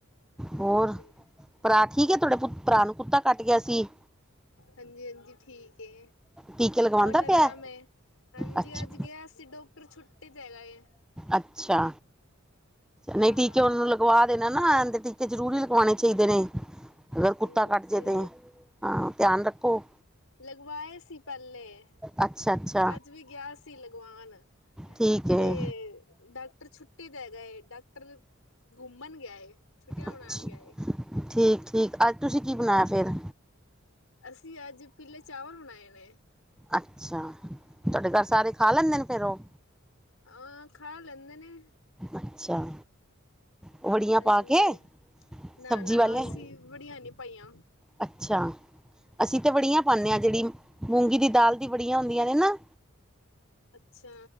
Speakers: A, in the centre; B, on the left.
A: ਹੋਰ
B: ਹਾਂਜੀ,
A: ਭਰਾ ਠੀਕ ਏ ਤੁਹਾਡੇ ਪੁ ਭਰਾ ਨੂੰ ਕੁੱਤਾ ਕੱਟ ਗਿਆ ਸੀ
B: ਹਾਂਜੀ ਹਾਂਜੀ ਠੀਕ ਏ
A: ਟੀਕੇ ਲਗਵਾਉਂਦਾ
B: ਹੁਣ ਆਰਾਮ
A: ਪਿਆ
B: ਹੈ ਹਾਂਜੀ
A: ਅੱਛਾ
B: ਅੱਜ ਗਿਆ ਸੀ ਡਾਕਟਰ ਛੁੱਟੀ ਤੇ ਹੈਗਾ ਏ
A: ਅੱਛਾ ਨਹੀਂ
B: ਹਾਂ
A: <unintelligible> ਉਹਨਾਂ ਨੂੰ ਲਵਾ ਦੇਣਾ ਨਾ ਟੀਕੇ ਜ਼ਰੂਰੀ ਲਗਵਾਉਣੇ ਚਾਹੀਦੇ ਨੇ ਅਗਰ ਕੁੱਤਾ
B: ਹਾਂਜੀ
A: ਕੱਟ ਜੇ ਤੇ, ਹਾਂ, ਧਿਆਨ ਰੱਖੋ।
B: ਲਗਵਾਏ ਸੀ ਪਹਿਲੇ।
A: ਅੱਛਾ ਅੱਛਾ
B: ਅੱਜ ਵੀ ਗਿਆ ਸੀ ਲਗਵਾਨ,
A: ਠੀਕ ਹੈ
B: ਤੇ ਡਾਕ ਡਾਕਟਰ ਛੁੱਟੀ ਤੇ ਹੈਗਾ ਏ, ਡਾਕਟਰ ਘੁੰਮਣ ਗਿਆ ਏ, ਛੁੱਟੀਆਂ
A: ਅੱਛਾ
B: ਬਣਾਉਣ ਗਿਆ ਏ।
A: ਠੀਕ ਠੀਕ, ਅੱਜ ਤੁਸੀਂ ਕੀ ਬਣਾਇਆ ਫੇਰ।
B: ਅਸੀਂ ਅੱਜ ਪੀਲੇ ਚਾਵਲ ਬਣਾਏ ਨੇ।
A: ਅੱਛਾ, ਤੁਹਾਡੇ ਘਰ ਸਾਰੇ ਖਾ ਲੈਂਦੇ ਨੇ ਫੇਰ ਉਹ।
B: ਹਾਂ ਖਾ ਲੈਂਦੇ ਨੇ
A: ਅੱਛਾ, ਉ ਵੜੀਆਂ
B: ਹਾਂਜੀ
A: ਪਾ ਕੇ।
B: ਨਾ
A: ਸਬਜ਼ੀ
B: ਨਾ,
A: ਵਾਲੇ
B: ਅਸੀਂ ਵੜੀਆਂ ਨੀ ਪਾਇਆਂ।
A: ਅੱਛਾ ਅਸੀਂ ਤੇ ਵੜੀਆਂ ਪਾਉਦੇ ਹਾਂ, ਜਿਹੜੀ ਮੂੰਗੀ ਦੀ ਦਾਲ ਦੀ ਵੜੀਆਂ ਹੁੰਦੀਆਂ ਨੇ ਨਾ।
B: ਅੱਛਾ